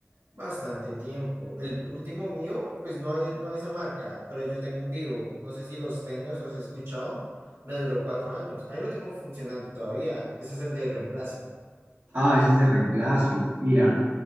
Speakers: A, on the right; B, on the right.
A: bastante tiempo. El último mío, pues no es, no es esa marca, pero yo tengo un Vivo, no sé si los tengas o has escuchado. Me duró cuatro años. Ahí lo tengo funcionando todavía. Ese es el de reemplazo,
B: Ah, ese es de reemplazo. Mira,